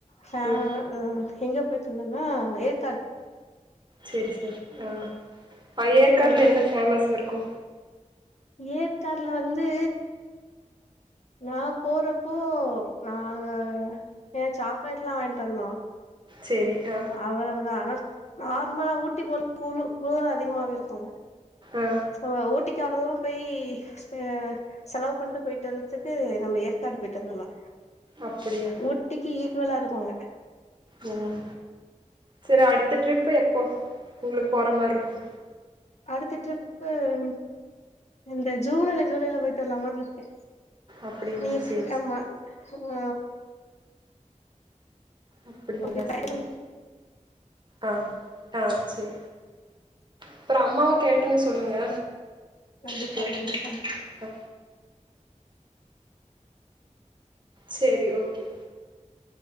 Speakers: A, on the left; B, on the right.
A: <unintelligible>
B: ம்
A: எங்கேப் ஏ சொன்னன்னா ஏத்
B: செரி செரி ஆஹ் ஆஹ் ஏற்காட்ல
A: ஒரு
B: என்ன ஃபேமஸா இருக்கு
A: ஏற்காடுல வந்து நா போறப்போ நாங்க ஏ சாக்லேட்லா வாய்ன்ட்டு வந்தோ
B: செரி ஆ
A: அவளவுதா ஆனா நார்மலா ஊட்டி போல குளு குளூர் அதிகமாக இருக்கு
B: ஆ
A: செரியா ஊட்டிக் கி அவ்ள தூர போய் ஆ செலவு பண்ட்டு போயிட்டுவறத்துக்கு நம்ம ஏற்காடு போயிட்டு வந்துர்லா
B: அப்டியா
A: ஊட்டிக்கு ஈக்வலா இருக் போங்க
B: உம் செரி அடுத்த டரிப்பு எப்போ உங்களுக்கு போற மார்ருக்கு
A: அடுத்த ட்ரிப்பு உம் இந்த ஜூலைல ஜூலைல போய்ட்டு வர்லாமான்ருக்கே
B: அப்டிங்களா
A: நீ ஃப்
B: சேரி
A: ஆமா
B: சேரி
A: உ
B: அப்டிங்கள
A: ஓகே டைம்
B: செரி ஆஹ் ஆஹ் சரி அப்புறம் அம்மாவ கேட்டன்னு சொல்லுங்க
A: கண்டிப்பா
B: ஓகே
A: கண்டிப்பா
B: ஆ செரி ஓகே